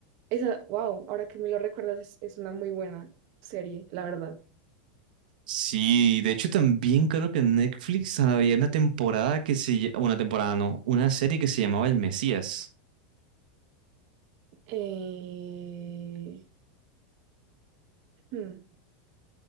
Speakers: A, on the right; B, on the right.
A: esa, wow, ahora que me lo recuerdas, es, es una muy buena serie, la verdad.
B: Sí, de hecho también creo que en Netflix había una temporada que se, lla- una temporada no, una serie que se llamaba El Mesías.
A: Eh, hmm,